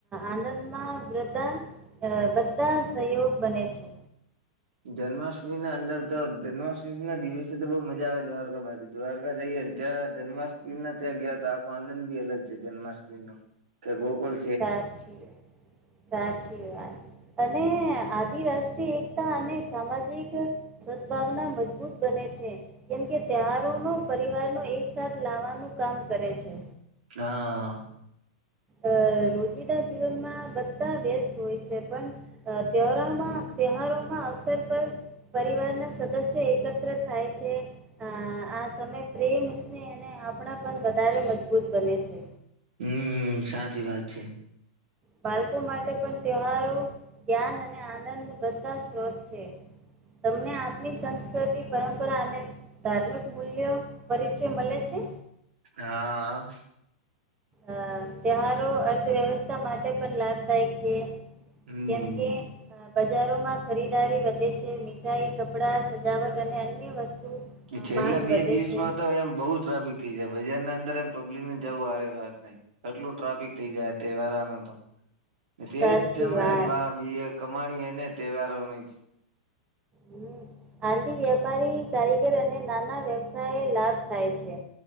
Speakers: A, on the right (about 20°); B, on the right (about 80°).
A: આનંદમાં વૃદ્ધા બધા સહયોગ બને છે
B: જન્માષ્ટમી ના અંદર તો જન્માષ્ટમી ના દિવસે તો બહુ મજા આવે દ્વારકા બાજુ દ્વારકા જઈએ ત્યાં જન્માષ્ટમી ના ત્યાં ગયા તો આખો આનંદ બી અલગ છે જન્માષ્ટમી નો કે ગોકુલ
A: સાચી વાત સાચી વાત અને આદિ રાષ્ટ્રી એક. અને સામાજિક સદભાવના મજબૂત બને છે. કેમ કે તૈહેહારો નો પરિવારનોો એકસાથ લાવવાનું કામ કરે છે.
B: હા.
A: અ રોજિદા જીવનમાં બધા વ્યસ્ત હોય છે પણ ત્યોરામાં તહેહારોમાં અવસર પર. પરિવાર ના સદસ્ય એકત્ર થાય છે. અ આ સમય પ્રેમ સ્નેહ અને આપણા પણ વધારે મજબૂત બને છે.
B: હમ સાચી વાત છે.
A: બાળકો માટે પણ ત્યહારો જ્ઞાન અને આનંદ બધાસ સ્તોત છે તમને આ ની સંસ્કૃતિ પરંપરા અને ધાર્મિક મૂલ્યો પરિચય મળે છે.
B: હા.
A: અ ત્યહારો અર્થવ્યવસ્થા માટે પણ લાભદાયક છે.
B: હમ
A: કેમ કે બજારોમાં ખરીદારી વધે છે મીઠાઈ કપડા સજાવટ અને અન્ય વસ્તુ અ
B: છેલ્લા
A: માંગ
B: બે
A: વધે
B: દિવસ
A: છે
B: માં તો એમ બહુ ટ્રાફિક થઈ જાય બજાર ના અંદર એમ પબ્લિક ને જવું હરે વાત નહી. કેટલું ટ્રાફિક થઇ જાય તહેવારા ન તો તેજ
A: સાચી
B: તને
A: વાત
B: બી એ કમાણી એ ને તહેવારોની
A: હમ આંધી વ્યાપારી કારીગર અને નાના વ્યવસાય લાભ થાય છે.